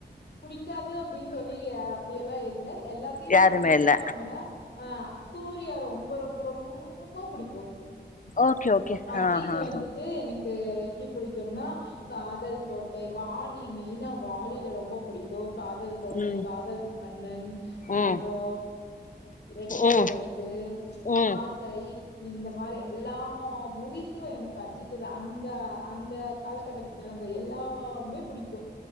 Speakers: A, on the left; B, on the left.
A: புடிக்காது அப்டின்னு சொல்லி ஆ அப்டி எல்லா இல்ல எல்லாத்தையு
B: யாருமே
A: புடிக்கு
B: இல்ல
A: காமன்னா ஆ சூர்யா ரொம்ப ரொம்ப ரொம்ப புடிக் கு
B: ஓகே ஓகே
A: அஜித்
B: ஆ ஆ
A: வந்துட்டு
B: ஆ
A: எனக்கு எப்டி புடிக் னா காதல் கோட்டை வாலி மெய்னா வாலில ரொம்ப புடிக் கு காதல் கோட்டை
B: ம்
A: காதல் மன்னன் அப்றோ
B: ம்
A: ரெட்ட ஜட
B: ம்
A: வயசு
B: ம்
A: ஆஸ் சை இந்த மாரி எல்லா மூவிஸ்சு எனக்கு அஜித்தா அந்த அந் காலகட்டத்தில் நடந்த எல்லாமே புடிக்கு